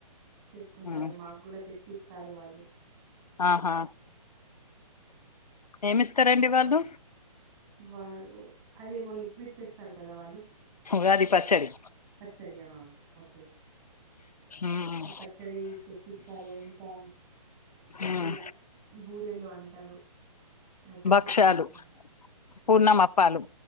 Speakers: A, on the right; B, on the left.
A: చేసుకుంటారు
B: ఉమ్
A: మాకు కూడా తెచ్చిస్త తారు వాళ్ళు
B: ఆహా ఏమిస్తారండి వాళ్ళు
A: వారు అదే మొల్లి విడ్చేస్తారు కదా వాళ్ళు
B: ఉగాది పచ్చడి
A: పచ్చడి ఆ ఓకే
B: ఉమ్
A: ఆ పచ్చడి తెచ్చిస్తారు ఇంకా
B: ఉమ్
A: ఇలా బూరెలు అంటారు మరి పప్పుతో
B: భక్ష్యాలు
A: చేస్తా
B: పూర్ణమప్పాలు